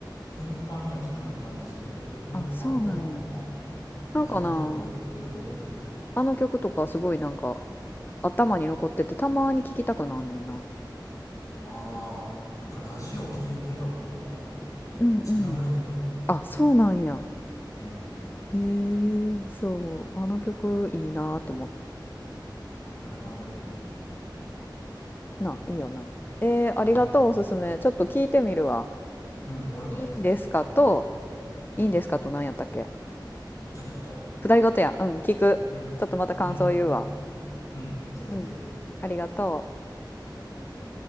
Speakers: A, on the left; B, on the left.
A: 頻繁には聞かへん感じするけど、どう、
B: あ、そうなんや。
A: ああ、どうなんかな。
B: なんかな、
A: ライブとかはやってると思うけど。
B: あの曲とかすごいなんか頭に残っててたまに聴きたくなんねんな。
A: ああ、なんかラジオ聞いてたことがあって、めっちゃ流れてたわ、
B: うんうん。あ、
A: 当時。
B: そうなんや。
A: うん。
B: へえ、そう。あの曲いいなーって思
A: あれはでもいい。
B: う。な、いいよな。えー、ありがとう、
A: うん。
B: おすすめ。ちょっと聞いてみるわ。
A: うん、俺も聞くわ。
B: いいんですかと、
A: ありがとう。
B: いいんですかと何やったっけ
A: うん。二人ごと。
B: 二人ごとや。うん、聞く。
A: うん。
B: ちょっとまた感想言うわ。
A: うん。うん。ぜひぜひ。
B: うん、ありがとう。
A: ありがとう。